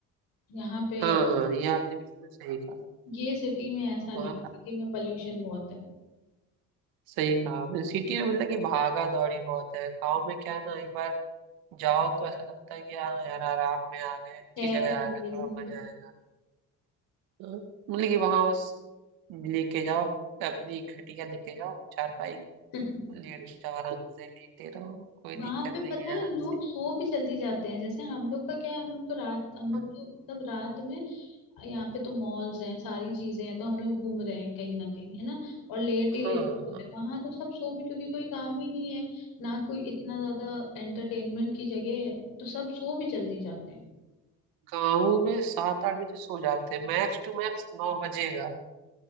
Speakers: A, on the left; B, on the right.
A: यहाँ पे
B: हाँ हाँ ये आपने बिल्कुल सही कहा
A: ये सिटी में ऐसा नहीं
B: वहाँ का
A: सिटी में पॉल्यूशन बहुत है
B: सही कहा आपने सिटी में मतलब कि भागा दौड़ी बहुत है गाँव में क्या है ना एक बार जाओ तो ऐसा लगता है कि हाँ यार आराम में आ गए अच्छी
A: खैर
B: जगह
A: के
B: आ
A: लिए
B: गए थोड़ा
A: जिंदगी
B: मजा आएगा हाँ, मतलब कि वहां बस लेके जाओ अपनी खटिया लेके जाओ चारपाई
A: <laughs>
B: लेट जाओ आराम से लेटे रहो कोई
A: वहां
B: दिक्कत
A: पे
B: नहीं
A: पता
B: है
A: है
B: आराम
A: लोग
B: से
A: सो भी जल्दी जाते हैं जैसे हम लोग का क्या है हम लोग तो रात हम लोग
B: हाँ
A: तो तब रात में यहाँ पे तो मॉल्स हैं सारी चीजें हैं तो हम लोग घूम रहे हैं कहीं ना कहीं है ना और लेट ही
B: हाँ
A: लेट हो रहे हैं वहां तो सब सो भी क्योंकि कोई काम ही नहीं है ना कोई इतना ज्यादा एंटरटेनमेंट की जगह है तो सब सो भी जल्दी जाते हैं
B: गाँवों में सात आठ बजे सो जाते हैं मैक्स टू मैक्स नौ बजेगा